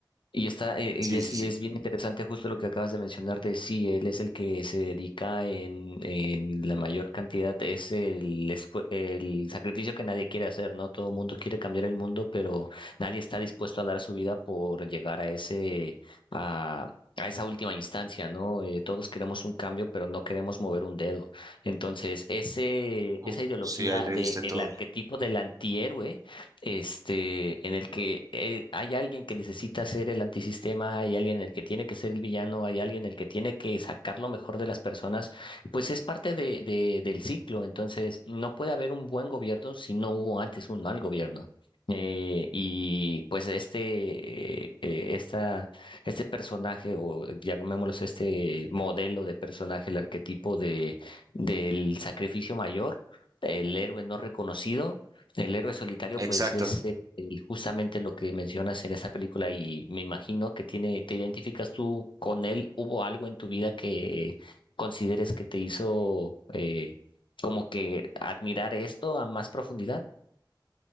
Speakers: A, on the left; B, on the right.
A: Y está, eh,
B: sí,
A: y es,
B: sí,
A: y
B: sí.
A: es bien interesante justo lo que acabas de mencionar de sí, él es el que se dedica en, en la mayor cantidad, es el, esfu- el sacrificio que nadie quiere hacer, ¿no? Todo el mundo quiere cambiar el mundo, pero nadie está dispuesto a dar su vida por llegar a ese, a, a esa última instancia, ¿no? Eh, todos queremos un cambio, pero no queremos mover un dedo. Entonces, ese,
B: Uf,
A: esa ideología
B: sí, ahí le
A: del
B: diste todo.
A: arquetipo del antihéroe este, en el que eh, hay alguien que necesita ser el antisistema, hay alguien en el que tiene que ser el villano, hay alguien en el que tiene que sacar lo mejor de las personas, pues es parte de, de- del ciclo. Entonces, no puede haber un buen gobierno si no hubo antes un mal gobierno. Eh, y pues este, eh, eh, esta, este personaje, o llamémoslo este modelo de personaje, el arquetipo de, del sacrificio mayor, el héroe no reconocido, el héroe solitario,
B: Exacto.
A: pues es eh, el- justamente lo que mencionas en esta película y me imagino que tiene, te identificas tú con él. ¿Hubo algo en tu vida que consideres que te hizo eh, como que admirar esto a más profundidad?